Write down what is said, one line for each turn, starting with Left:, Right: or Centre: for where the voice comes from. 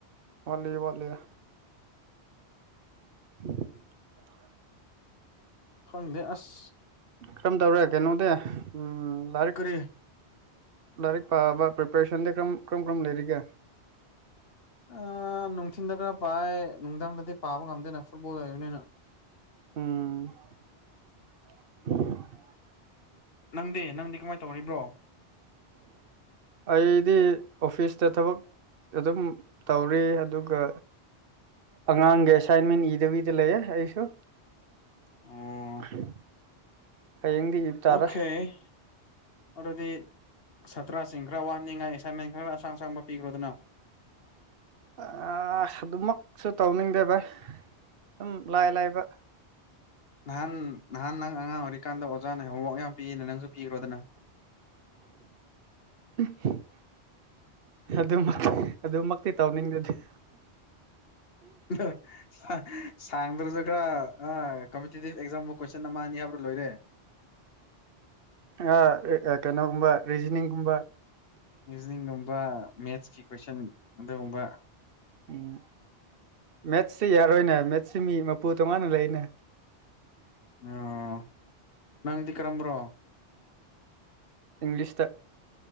Right: ꯋꯥꯂꯤ ꯋꯥꯂꯤꯌꯦ <inaudible>
Left: ꯈꯪꯗꯦ ꯑꯁ
Right: ꯀ꯭ꯔꯝꯇꯧꯔꯦ ꯀꯩꯅꯣꯗꯤ ꯎꯝ ꯂꯥꯏꯔꯤꯛ
Left: ꯀꯔꯤ
Right: ꯂꯥꯏꯔꯤꯛ ꯄꯥꯕ ꯄ꯭ꯔꯤꯄꯔꯦꯁꯟꯗꯤ ꯀ꯭ꯔꯝ ꯀ꯭ꯔꯝꯀ꯭ꯔꯝ ꯂꯩꯔꯤꯒꯦ
Left: ꯑꯥ ꯅꯨꯡꯊꯤꯟꯗ ꯈꯔ ꯄꯥꯏ ꯅꯨꯡꯗꯥꯡꯗꯗꯤ ꯄꯥꯕ ꯉꯝꯗꯦꯅ ꯐꯨꯠꯕꯣꯜ ꯂꯩꯕꯅꯤꯅ
Right: ꯎꯪꯝ
Left: ꯅꯪꯗꯤ ꯅꯪꯗꯤꯀꯃꯥꯏꯇꯧꯔꯤꯕ꯭ꯔꯣ
Right: ꯑꯩꯗꯤ ꯑꯣꯐꯤꯁꯇ ꯊꯕꯛ ꯑꯥꯗꯨꯝ ꯇꯧꯔꯤ ꯑꯗꯨꯒ ꯑꯉꯥꯡꯒꯤ ꯑꯦꯁꯥꯏꯟꯃꯦꯟ ꯏꯗꯕꯤꯗ ꯂꯩꯌꯦ ꯑꯩꯁꯨ INAUDIBLE
Left: ꯑꯣ
Right: ꯍꯌꯦꯡꯗꯤ ꯏꯕꯇꯥꯔꯦ
Left: ꯑꯣꯀꯦ ꯑꯗꯨꯗꯤ ꯁꯥꯇ꯭ꯔꯁꯤꯡ ꯈꯔ ꯋꯥꯍꯟꯅꯤꯡꯉꯥꯏ ꯑꯦꯁꯥꯏꯟꯃꯦꯟ ꯈꯔ ꯑꯁꯥꯡ- ꯑꯁꯥꯡꯕ ꯄꯤꯈ꯭ꯔꯣꯗꯅ INAUDIBLE
Right: ꯑꯥ ꯑꯗꯨꯃꯛꯁꯨ ꯇꯧꯅꯤꯡꯗꯦ ꯚꯥꯌ ꯑꯗꯨꯝ ꯂꯥꯏ -ꯂꯥꯏꯕ
Left: ꯅꯍꯥꯟ ꯅꯍꯥꯟ ꯅꯪ ꯑꯉꯥꯡ ꯑꯣꯏꯔꯤꯀꯥꯟꯗ ꯑꯣꯖꯥꯅ ꯍꯣꯝꯋꯥꯔꯛ ꯌꯥꯝ ꯄꯤꯌꯦꯅ ꯅꯪꯖꯨ ꯄꯤꯈ꯭ꯔꯣꯗꯅ
Right: INAUDIBLE ꯑꯗꯨꯝ- ꯑꯗꯨꯃꯛꯇꯤ ꯇꯧꯅꯤꯡꯗꯗꯤꯦ
Left: INAUDIBLE ꯁꯥꯡꯗ꯭ꯔꯁꯨ ꯈꯔ ꯑꯥ ꯀꯝꯄꯤꯇꯤꯇꯤꯚ ꯑꯦꯛꯖꯥꯝꯕꯨ ꯀꯣꯏꯁꯟ ꯑꯃ ꯑꯅꯤ ꯍꯥꯞꯂ ꯂꯣꯏꯔꯦ INAUDIBLE
Right: ꯑꯥ ꯔꯥ ꯀꯩꯅꯣꯒꯨꯝꯕ ꯔꯤꯖꯅꯤꯡꯒꯨꯝꯕ
Left: ꯔꯤꯖꯅꯤꯡꯒꯨꯝꯕꯥ ꯃꯦꯠꯁꯀꯤ ꯀꯣꯏꯁꯟ ꯑꯗꯨꯒꯨꯝꯕ
Right: ꯎꯪ ꯃꯦꯠꯁꯁꯤ ꯌꯥꯔꯣꯏꯅꯦ ꯃꯦꯠꯁꯁꯤ ꯃꯤꯃꯄꯨ ꯇꯣꯉꯥꯟꯅ ꯂꯩꯅꯦ
Left: ꯑꯩꯑꯣ ꯅꯪꯗꯤ ꯀ꯭ꯔꯝꯕ꯭ꯔꯣ
Right: ꯏꯪꯂꯤꯁꯇ